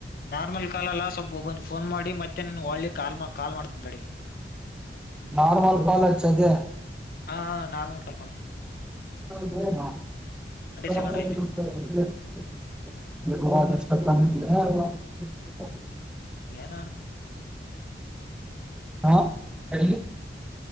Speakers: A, on the left; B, in the centre.
A: ನಾರ್ಮಲ್ ಕಾಲಲ್ಲ ಸ್ವಲ್ಪ ಒಬ್ಬ ಫೋನ್ ಮಾಡಿ ಮತ್ತೆ ನನ್ ಒಳ್ಳಿ ಕಾಲ್ ಕಾಲ್ ಮಾಡ್ಕಡಿ ತಡಿ
B: ನಾರ್ಮಲ್ ಕಾಲಚ್ಚ ಅದೆ
A: ಹಾ ನಾರಲ್ ಕಲ್ ಮಾಡ್ತಿ
B: <unintelligible>
A: ಸೆಕೆಂಡ್ ಐತಿ
B: ಹ
A: ಯೆನ್
B: ಹಾ ಹೇಳ